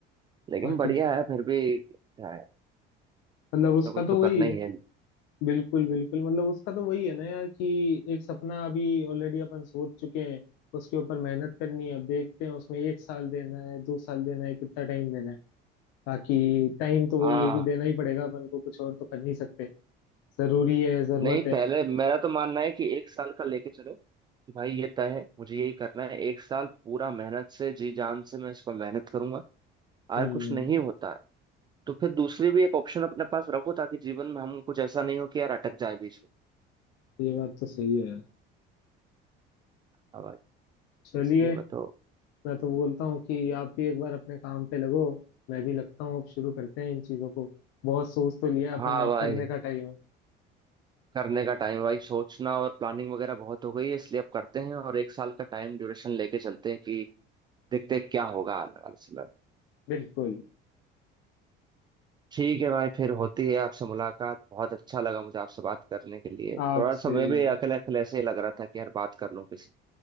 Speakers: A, on the right; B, on the left.
A: लेकिन
B: बाकी
A: बढ़िया
B: तो-
A: है फिर भी क्या है
B: मतलब उसका
A: कुछ ना कुछ
B: तो
A: तो
B: वही
A: करना
B: है
A: ही है
B: बिल्कुल बिल्कुल मतलब उसका तो वही है ना यार कि एक सपना अभी ऑलरेडी अपन सोच चुके हैं उसके ऊपर मेहनत करनी है अब देखते हैं उसमें एक साल देना है दो साल देना है कितना टाइम देना है बाकी टाइम तो वही
A: हाँ
B: है कि देना ही पड़ेगा अपन को कुछ और तो कर नहीं सकते जरूरी है जरूरत
A: नहीं
B: है
A: पहले मेरा तो मानना है कि एक साल का लेके चलो कि भाई ये तय है मुझे यही करना है एक साल पूरा मेहनत से जी जान से मैं इसको मेहनत करूंगा
B: हम्म
A: और कुछ नहीं होता है तो फिर दूसरी भी एक ऑप्शन अपने पास रखो ताकि जीवन में हम कुछ ऐसा नहीं हो कि यार अटक जाए बीच में
B: ये बात तो सही है यार
A: हाँ भाई
B: चलिए
A: इसलिए मैं तो
B: मैं तो बोलता हूँ कि आप भी एक बार अपने काम पे लगो मैं भी लगता हूँ अब शुरू करते हैं इन चीजों को बहुत सोच तो लिया अपन
A: हाँ
B: ने अब
A: भाई
B: करने का टाइम है
A: करने का टाइम भाई सोचना और प्लानिंग वगैरह बहुत हो गई है इसलिए अब करते हैं और एक साल का टाइम ड्यूरेशन लेके चलते हैं कि देखते हैं क्या होगा आने वाले समय में।
B: बिल्कुल
A: ठीक है भाई फिर होती है आपसे मुलाकात बहुत अच्छा लगा मुझे आपसे बात करने के लिए
B: आपसे
A: थोड़ा सा मैं
B: भी
A: भी अकेले अकेले ऐसे ही लग रहा था कि यार बात कर लूं किसी